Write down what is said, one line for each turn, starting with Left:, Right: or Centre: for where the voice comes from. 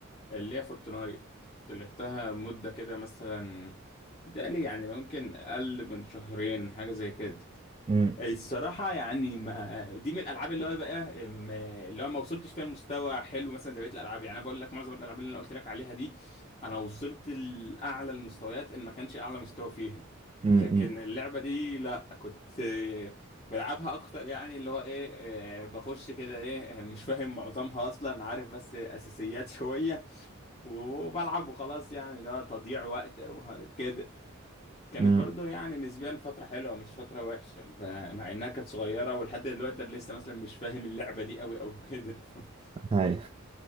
Left: اللي هي فورتنايت كنت لعبتها مدة كده مثلا بتهيألي يعني ممكن اقل من شهرين حاجة زي كده
Right: امم
Left: الصراحة يعني ما دي من الألعاب اللي هو بقى ما- اللي هو ما وصلتش فيها لمستوى حلو مثلا زي بقية الألعاب يعني أنا بقول لك معظم الألعاب اللي أنا قلت لك عليها دي أنا وصلت لأعلى المستويات إن ما كانش أعلى مستوى فيها
Right: امم
Left: لكن اللعبة دي لأ كنت آه، بلعبها أكتر يعني اللي هو إيه آه، بخش كده إيه آه، مش فاهم معظمها أصلا عارف بس أساسيات <laughs> شوية وبلعب وخلاص يعني اللي هو تضييع وقت وكده كانت
Right: امم
Left: برضو يعني نسبيا فترة حلوة مش فترة وحشة ب- مع انها كانت صغيرة ولحد دلوقتي انا لسه مثلا مش فاهم اللعبة دي قوي او كده <laughs>
Right: هاي